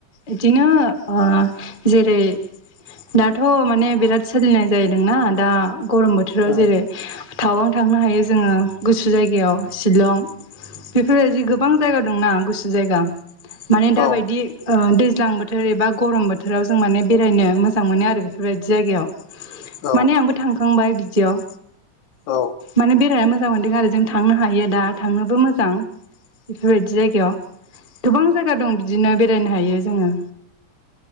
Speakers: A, on the left (about 35°); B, on the left (about 70°).
A: बिदिनो ओ जेरै दाथ' माने बिराद सोलिनाय जायोदोंना दा गरम बोथ बोथोराव
B: औ
A: जेरै थावां थांनो हायो जोङो गुसु जायगायाव। शिलं बेफोरबायदि गोबां जायगा दंना गुसु जायगा। माने
B: औ
A: दाबायदि ओ दैज्लां बो थोर एबा गरम बोथोराव जों माने बेरायनो मोजां मोनो आरो बेफोरबायदि जायगायाव
B: औ
A: माने आंबो थांखांबाय बिदियाव
B: औ
A: माने बेरायना मो जां मोनदों आरो जों थांनो हायो दा थांनोबो मोजां। बेफोरबायदि जायगायाव गोबां जायगा दं बिदिनो बेरायनो हायो जोङो।